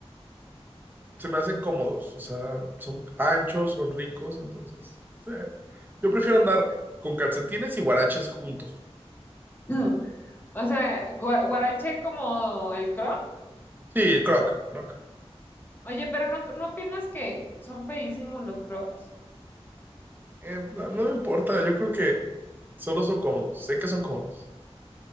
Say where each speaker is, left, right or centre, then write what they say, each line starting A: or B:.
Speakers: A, on the right; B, on the left.
A: Se me hacen cómodos. O sea, son anchos, son ricos. Entonces, sí. Yo prefiero andar con calcetines y guaraches juntos.
B: <clears throat> O sea, gua- guaraché como el croc.
A: Sí, Croc, Croc.
B: Oye, pero no, ¿no opinas que son feísimos los crocs?
A: Eh, no no me importa, yo creo que solo son cómodos, sé que son cómodos.